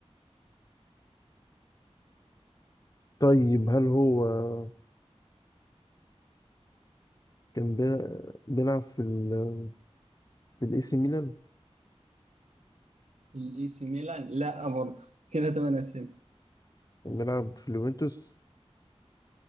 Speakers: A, on the left; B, on the right.
A: طيب هل هو كان بي- بيلعب في ال في الإي سي ميلان
B: الاي سي ميلان لا برضه كده تمام أسئلة
A: كان بيلعب في اليوفنتوس